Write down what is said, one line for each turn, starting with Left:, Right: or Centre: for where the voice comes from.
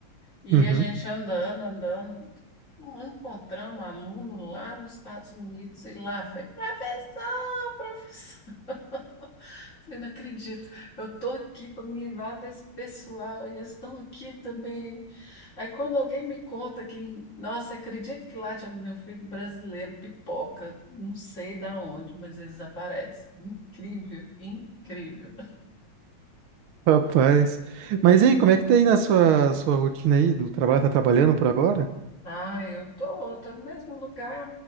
Left: E
Right: Uhum.
Left: a gente andando, andando, não encontramos aluno lá nos Estados Unidos e lá vem, professor, professor. <laughs> Falei, não acredito, eu tô aqui para me livrar desse pessoal e eles estão aqui também. Aí quando alguém me conta que, nossa, acredito que lá tinha meu filho brasileiro, pipoca, não sei da onde, mas eles aparecem. Incrível, incrível.
Right: Rapaz. Mas
Left: É.
Right: e aí, como é que tá aí na sua, sua rotina aí do trabalho? Tá trabalhando por agora?
Left: Ah, eu tô, tô no mesmo lugar,